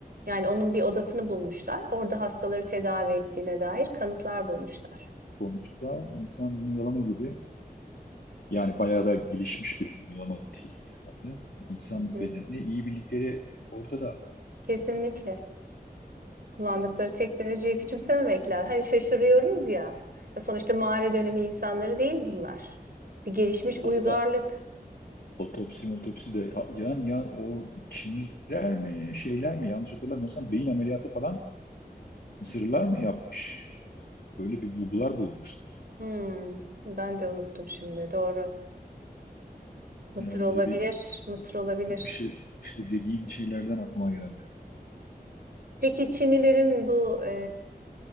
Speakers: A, on the right (about 65°); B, on the left (about 70°).
A: Yani onun bir odasını bulmuşlar. Orada hastaları tedavi ettiğine dair kanıtlar bulmuşlar.
B: Sonuçta insan mumyalama gibi yani bayağı da gelişmiş bir mumyalama teknikleri vardı. İnsan
A: Hı hı.
B: bedenini iyi bildikleri ortada.
A: Kesinlikle. Kullandıkları teknolojiyi küçümsememek lazım. Hani şaşırıyoruz ya. Ya Sonuçta mağara dönemi insanları değil bunlar. Bir gelişmiş uygarlık.
B: Hatta Otopsi motopsi de ya- yani ya o Çinliler mi şeyler mi yanlış hatırlamıyorsam beyin ameliyatı falan Mısırlılar mı yapmış? Böyle bir bulgular bulmuşlar.
A: Hmm, ben de unuttum şimdi. Doğru. Mısır
B: Yani
A: olabilir.
B: böyle bir,
A: Mısır olabilir.
B: bir şey işte dediğin şeylerden aklıma geldi.
A: Peki Çinlilerin bu e,